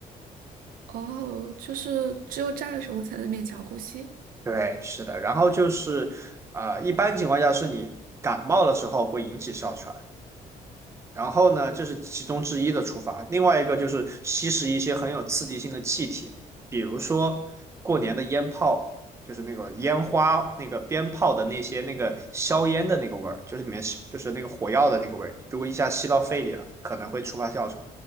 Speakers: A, on the right (about 80°); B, on the right (about 20°).
A: 哦，就是只有站的时候才能勉强呼吸。
B: 对，是的，然后就是，啊，一般情况下是你感冒的时候会引起哮喘，然后呢，这是其中之一的触发，另外一个就是吸食一些很有刺激性的气体，比如说过年的烟炮，就是那个烟花、那个鞭炮的那些那个硝烟的那个味儿，就是里面吸就是那个火药的那个味，儿。如果一下吸到肺里了，可能会触发哮喘。